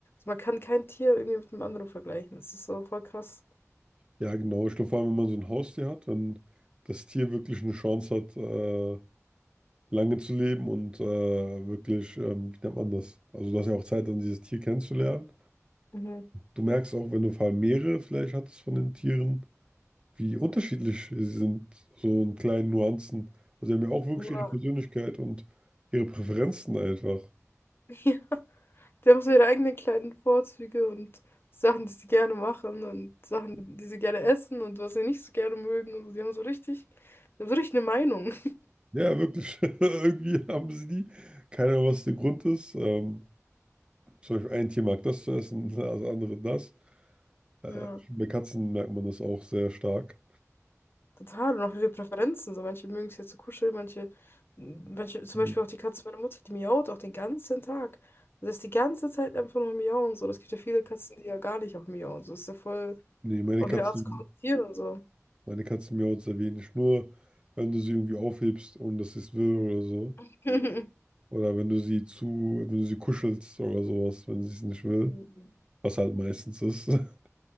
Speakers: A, on the left; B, on the right.
A: man kann kein Tier irgendwie mit einem anderen vergleichen. Das ist so voll krass.
B: Ja, genau. Ich glaube, vor allem, wenn man so ein Haustier hat, wenn das Tier wirklich eine Chance hat, äh, lange zu leben und äh, wirklich, ähm, wie nennt man das? Also, du hast ja auch Zeit, dann dieses Tier kennenzulernen.
A: Mhm.
B: Du merkst auch, wenn du vor allem mehrere vielleicht hattest von den Tieren, wie unterschiedlich sie sind, so in kleinen Nuancen. Also sie haben ja auch wirklich
A: Ja.
B: ihre Persönlichkeit und ihre Präferenzen einfach.
A: <laughs> Ja. Die haben so ihre eigenen kleinen Vorzüge und Sachen, die sie gerne machen und Sachen, die sie gerne essen und was sie nicht so gerne mögen. Also die haben so richtig, die haben so richtig eine Meinung.
B: Ja, wirklich. <laughs> Irgendwie haben sie die. Keine Ahnung, was der Grund ist. Ähm, zum Beispiel ein Tier mag das zu essen, <laughs> das andere das. Äh,
A: Ja.
B: bei Katzen merkt man das auch sehr stark.
A: Total, und auch viele Präferenzen. So, manche mögen es ja zu kuscheln, manche, manche, zum
B: Mhm.
A: Beispiel auch die Katze meiner Mutter, die miaut auch den ganzen Tag. Und das ist die ganze Zeit einfach nur miauen. So, das gibt ja viele Katzen, die ja gar nicht auch miauen. So, das ist ja voll,
B: Nee, meine
A: auch
B: Katzen,
A: jeder Arzt kommentiert und so.
B: meine Katzen miauen sehr wenig. Nur wenn du sie irgendwie aufhebst und dass sie es will oder so.
A: <laughs>
B: Oder wenn du sie zu, wenn du sie kuschelst oder sowas, wenn sie es nicht will.
A: Mhm.
B: Was halt meistens ist. <laughs>